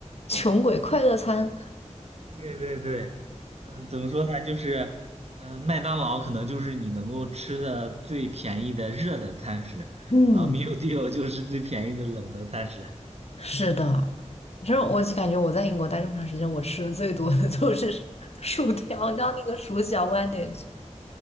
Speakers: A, on the left; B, on the right.
A: 穷鬼快乐餐，
B: 对对对，嗯，怎么说呢？就是，嗯，麦当劳可能就是你能够吃的最便宜的热的餐食，
A: 嗯，
B: 然后 meal d e a 就是最便宜的冷的餐食。
A: 是的，反正我就感觉我在英国待这么长时间，我吃的最多的 <laughs> 就是薯条，你知道那个薯角 （sandwich）